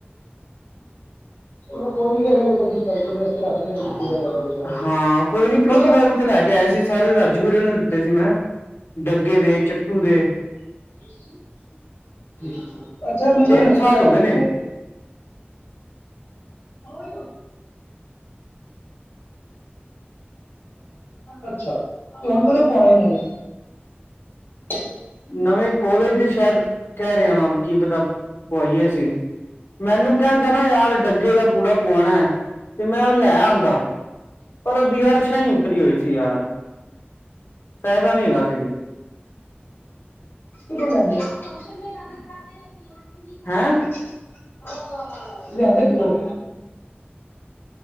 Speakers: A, on the left; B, on the left.
A: ਚਲੋ ਕੋਈ ਨੀ ਕੋਸ਼ਿਸ਼ ਕਰਕੇ, ਰੱਖ ਲੈਨਾ ਮੇਰੇ ਵਾਸਤੇ। ਪੂੜਾ ਯਾਰ ਬਚਾ ਕੇ
B: ਹਾਂ, ਕੋਈ ਨੀ ਪਿਛਲੀ
A: ਕਦੋਂ ਤੱਕ
B: ਵਾਰ ਵੀ ਤੇ ਲੈ ਕੇ ਆਏ ਸੀ, ਸਾਰੇ ਰੱਖ ਜਗੀਰੇ ਨੂੰ ਦਿੱਤੇ ਸੀ ਮੈਂ ਡੱਗੇ ਦੇ, ਚੱਟੂ ਦੇ
A: <unintelligible> ਅੱਛਾ ਮੈਨੂੰ
B: ਤਿੰਨ
A: ਇਸ
B: ਸਾਲ
A: ਤਰ੍ਹਾਂ
B: ਹੋ ਗਏ ਨੇ
A: <unintelligible> ਅੱਛਾ ਤੇ ਹੁਣ ਕਦੋਂ ਪਾਉਣੇ ਇਹਨਾਂ ਨੇ। <unintelligible>
B: ਨਵੇਂ ਕੋਲੇਜ ਦੇ ਸ਼ਾਇਦ ਕਹਿ ਰਿਹਾ ਵਾਂ, ਕੀ ਪਤਾ ਪਵਾਈਏ ਅਸੀਂ। ਮੈਨੂੰ ਕਹਿੰਦਾ ਨਾ ਯਾਰ ਡੱਗੇ ਦਾ ਪੂੜਾ ਪੁਆਣਾ ਐ, ਤੇ ਮੈਂ ਉਹ ਲੈ ਆਉਂਦਾ। ਪਰ ਉਹਦੀ ਯਰਛਾ ਹੀ ਉਤਰੀ ਹੋਈ ਸੀ ਯਾਰ, ਫਾਇਦਾ ਨਹੀਂ ਹੈਗਾ ਸੀ।
A: <unintelligible>
B: ਹੈਂ
A: ਲਿਆਂਦੇ ਕਿੱਥੋਂ?